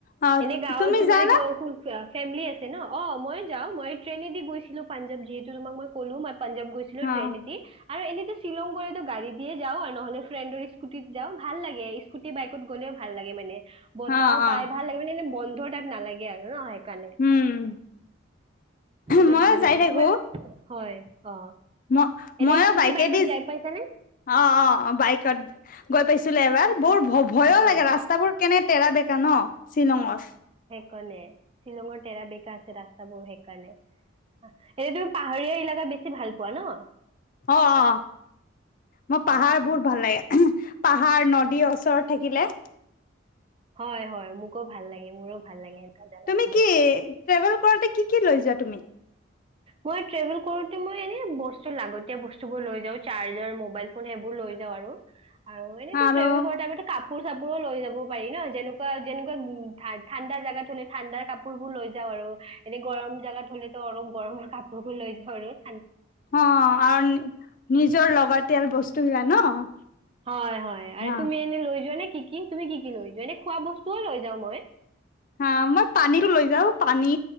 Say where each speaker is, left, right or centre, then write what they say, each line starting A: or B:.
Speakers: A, on the left; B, on the right.
A: অ
B: এনে গাঁৱত
A: তুমি
B: তোমাৰ
A: যানা
B: ক ফেমিলি আ ন অ মই যা মই ্ৰনেদি গৈছিলো পাঞ্জাব যিহেতুমাক মই ক'লো ম পাঞ্জাৱ গৈছিলো ট্ৰেইন
A: অ
B: এদি আৰু এনেতো শ্বিলং গলেতো গাড়ী দিয়ে যাও আৰু নহলে ফ্ৰেণ্ডৰ স্ুটিত যাওঁ ভাল লাগে স্ুটি বাইকত গলেওালাগে মানে বঁতাহও
A: অ অ
B: পায় ভাল লাগে মানে এ বন্ধু তাত নালাগে আৰু ন সেইকাৰণে
A: উম
B: সেনেকুৱাত
A: মই
B: ভাল
A: যাই
B: লাগে
A: থাকো
B: তোমাক হয়। অ
A: ম
B: এনে
A: মইো
B: স্কুটি
A: বাইকে
B: বাইকত
A: দি
B: যাই পাইছানে
A: অ অ অ বাইকত গৈ পাইছিলো এবাৰ বৰ ভ ভয়ো
B: হয়
A: লাগে ৰাস্তাবোৰ কেনে তেৰা ডেকা ন? চিলংত।
B: কোনে? শ্বিলঙৰ টেৰা বেকা আছে ৰাস্তা সেইকাৰণে এতিয়া তুমি পাহাৰীয়া এলেকা বেছি ভাল পোৱা ন?
A: অ অ মই পাহাৰ
B: আচ্ছা।
A: বোৰ ভাল লাগে। পাহাৰ নদী ওচৰত থাকিলে
B: হয় - হয় মোকো ভাল লাগে মোৰো ভাল লাগে। এনেকুৱা জাগাবোৰ।
A: তুমি কি ট্ৰেভেল কৰাতে কি কি লৈ যা তুমি
B: মই ট্ৰেভেল কৰো মই এনে বস্তু লাগতি বস্তুব লৈ যা চাৰ্জাৰ মবাইল ফোন সেইবোৰ লৈ যাওঁ। আৰু আৰু এনেইটো্ৰভেল
A: আৰু
B: কৰেতে কাপোৰ চাপোৰো লৈ যাব পাৰি ন যেনেকুৱা যেনেকুৱা উ ঠাণ্ডা জাগাত হলে ঠাণ্ডা কাপোৰ বোৰ লৈ যাওঁ আৰু এতিয়া গৰম জাগাত হ'লেতো অলপ গৰম লৈ ধৰে ৰ'দ
A: অ আৰু নিজৰ লাগতিয়াল বস্তু- বস্ত ন
B: হয় হয় আৰু
A: হা
B: তুমি এনে লৈ যোৱা নে কি কি তুমি কি কি লৈ যোৱা এনে খোৱা বস্তুও লৈ যাওঁ মই
A: হা মই পানীটো লৈ যওঁ পানী